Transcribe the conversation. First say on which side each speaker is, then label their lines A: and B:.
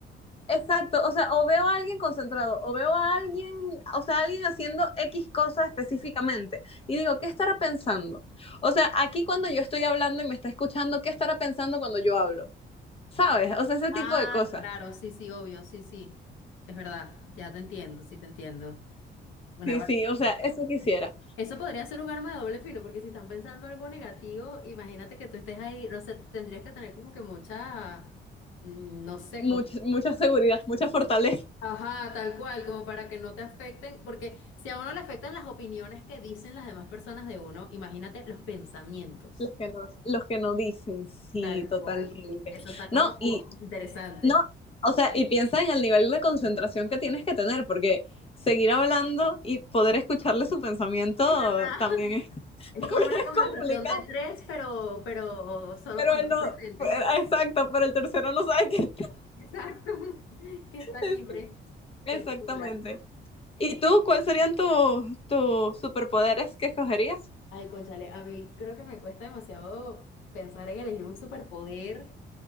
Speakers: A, on the left; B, on the left.
A: Exacto, o sea, o veo a alguien concentrado, o veo a alguien, o sea, alguien haciendo X cosa específicamente, y digo, ¿qué estará pensando? O sea, aquí cuando yo estoy hablando y me está escuchando, ¿qué estará pensando cuando yo hablo? ¿Sabes? O sea, ese
B: Ah,
A: tipo de cosas.
B: claro, sí, sí, obvio, sí, sí. Es verdad, ya te entiendo, sí te entiendo. Una
A: Sí, sí, o sea, eso quisiera.
B: Eso podría ser un arma de doble filo, porque si están pensando algo negativo, imagínate que tú estés ahí, no sé, tendrías que tener como que mucha, mm, no sé,
A: Mucha,
B: como,
A: mucha seguridad, mucha fortaleza.
B: ajá, tal cual, como para que no te afecten, porque si a uno le afectan las opiniones que dicen las demás personas de uno, imagínate los pensamientos.
A: Los que, no, los que no dicen, sí,
B: Tal
A: totalmente.
B: cual. Eso está como
A: No, y
B: interesante.
A: No, o sea, y piensa en el nivel de concentración que tienes que tener, porque seguir hablando y poder escucharle su pensamiento
B: Es verdad.
A: también es <laughs>
B: Es como una conversación
A: complicado.
B: de tres, pero, pero solo
A: Pero
B: con
A: él
B: dos
A: no,
B: presentes.
A: pero- exacto, pero el tercero no sabe qué
B: Exacto. <laughs> Que está
A: es.
B: libre.
A: Exactamente.
B: Qué locura.
A: ¿Y tú, cuáles serían tus tus superpoderes que escogerías?
B: Ay, cónchale, a mí creo que me cuesta demasiado pensar en elegir un superpoder.